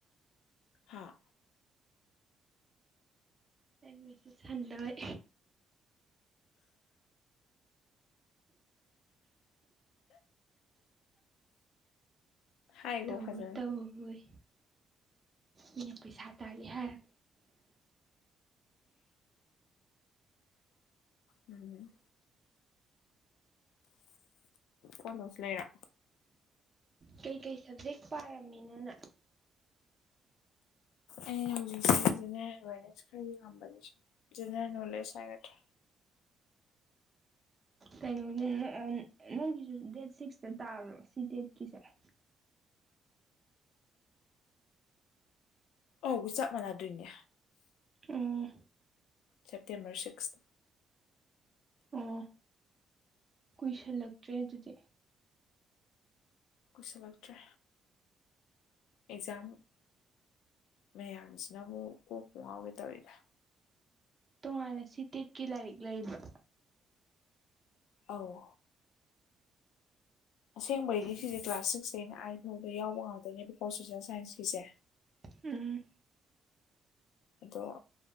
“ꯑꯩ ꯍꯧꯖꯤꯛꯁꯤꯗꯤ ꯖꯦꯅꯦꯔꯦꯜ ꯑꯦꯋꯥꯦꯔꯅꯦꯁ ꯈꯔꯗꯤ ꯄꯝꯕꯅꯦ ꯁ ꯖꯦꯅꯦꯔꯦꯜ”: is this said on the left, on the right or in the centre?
Left